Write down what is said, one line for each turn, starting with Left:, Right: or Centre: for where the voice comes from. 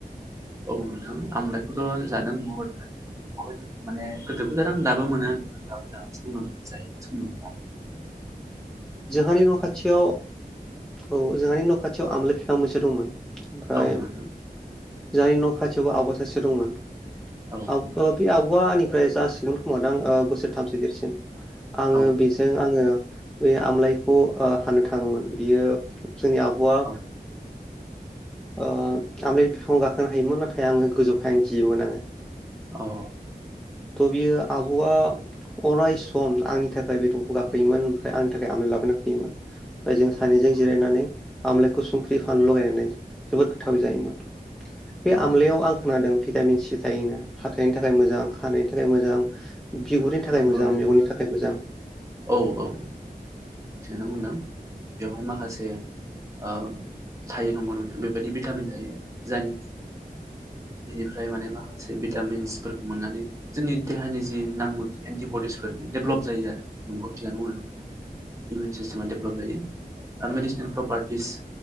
Right: औ नोंथां आमलायखौथ' जादों बहुद - बहुद माने गोदोबो जादों दाबो मोनो दाबो जागासिनो दङ जाय सम मोन
Centre: जोंहानि न' खाथियाव औ जोंहानि न' खाथियाव आमलााय बिफां मोन से दंमोन ओमफ्राय
Right: औ नोंथां
Centre: जोहानि न' खाथिबो आबा सासे दंमोन
Right: औ
Centre: आव ओ बे आव औवानिफ्राय जासिगोन खोमादों ओ बोसोरथामसो देरसिन आङो
Right: औ
Centre: बेजों आङो बे आमलायखौ ओ हानो थाङोमोन बियो जोंनि आब'वा
Right: औ
Centre: आमलेट बिफांङाव गाखोनो हायोमोन नाथाय आङो गोजौखाय आं गियोमोन आङो
Right: औ
Centre: थ' बियो आब'आ अरायसम आंनि थाखाय बे दंफां गाखोयोमोन आंनि थाखाय आमलाय लाबोना होफैयोमोन ओमफ्राय जों सानैजों
Right: औ
Centre: जिरायनानै आमलाायखौ संख्रि, फानलु लगायनानै जोबोद गोथावै जायोमोन बे
Right: औ
Centre: आमलायाव आं खोनादों भिटामिन सि थायोनो हाथायनि थाखाय मोजां खानायनि थाखाय मोजां बिगुरनि थाखाय
Right: नंगौ
Centre: मोजां
Right: नोंथां
Centre: मेगननि थाखाय मोजां
Right: औ - औ थिगानो बुंदों बेवहाय माखासे ओ थायो नंगौ नोंथां बेबायदि भिटामिन थायो जायनि बेनिफ्राय माने माखासे भिटामिन्सफोरखौ मोननानै जोंनि देहानि जि नांगौथि एन्टिबडिसफोर बे डेभलप जायो आरो नंगौ थिगानो बुंदों नोंथाङा इमिउन सिस्टेमा डेभेलप जायो मेडिसिनेल प्रपार्टिस